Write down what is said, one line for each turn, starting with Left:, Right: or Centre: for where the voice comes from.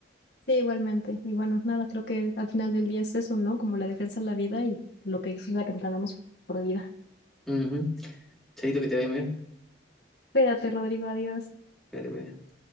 Left: Sí, igualmente. Y bueno, nada, creo que al final del día es eso, ¿no? Como la defensa de la vida y lo que es la que entendamos por vida.
Centre: Ujú. Chaito, que te vaya muy bien.
Left: Cuídate, Rodrigo, adiós.
Centre: Cuídate, cuídate.